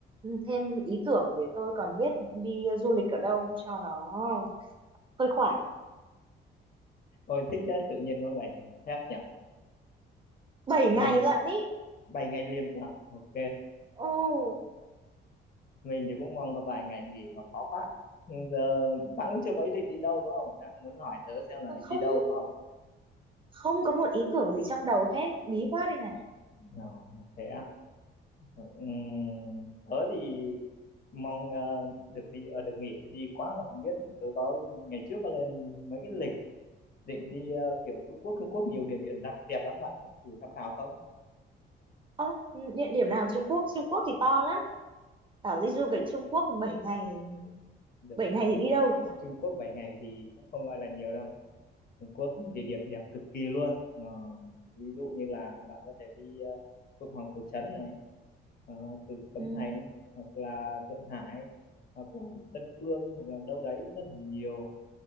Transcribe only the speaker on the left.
Ôi, thích thế, tự nhiên có 7 ngày phép nhỉ.
Mình
7 ngày liền cả. Ok,
mình thì cũng mong có vài ngày nghỉ mà khó quá. Nhưng Giờ bạn cũng chưa có ý định đi đâu đúng không? Đang muốn hỏi tớ xem là định
đi đâu đúng không?
Ờ, thế à. Ừm, tớ thì mong ờ, được đi ờ, được nghỉ để đi quá mà không biết tớ có ngày trước có lên mấy cái lịch định đi ờ, kiểu Trung Quốc Trung Quốc nhiều địa điểm đẹp đẹp lắm bạn có thử tham khảo không
đúng
rồi
Trung,
Trung Quốc 7 ngày thì cũng không gọi là nhiều đâu Trung Quốc địa điểm đẹp cực kỳ luôn Ờ, ví dụ như là bạn có thể đi ờ, Phượng Hoàng Cổ Trấn này ờ, từ Cấm
Thành hoặc là Thượng Hải hoặc là Tân Cương hoặc là đâu đấy rất là nhiều